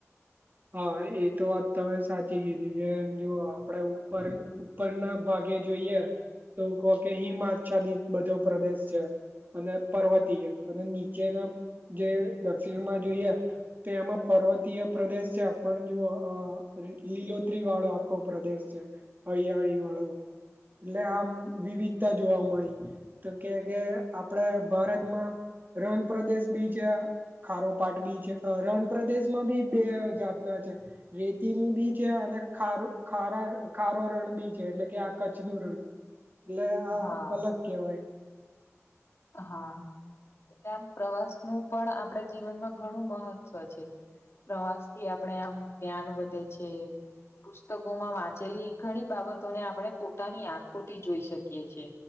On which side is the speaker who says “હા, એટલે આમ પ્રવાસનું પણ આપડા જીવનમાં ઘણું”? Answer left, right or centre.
Left